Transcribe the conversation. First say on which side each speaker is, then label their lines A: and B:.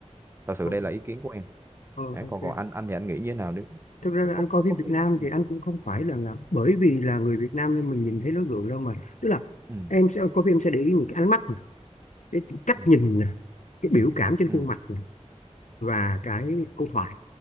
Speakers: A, on the right; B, on the left.
A: thật sự
B: Ok.
A: đây là ý kiến của em
B: Ờ,
A: đấy
B: ok.
A: còn còn anh anh thì anh nghĩ như thế nào nếu
B: Thực ra
A: có
B: là
A: có
B: anh coi
A: có, có
B: phim
A: khi
B: Việt Nam
A: ừ.
B: thì anh cũng không phải là, là bởi vì là người Việt Nam nên mình nhìn thấy nó gượng đâu mà tức là
A: Ừ.
B: em sẽ coi phim em sẽ để ý những cái ánh mắt nè, cái cách
A: Ừ.
B: nhìn nè, cái biểu cảm trên
A: ừ
B: khuôn mặt nè, và cái câu thoại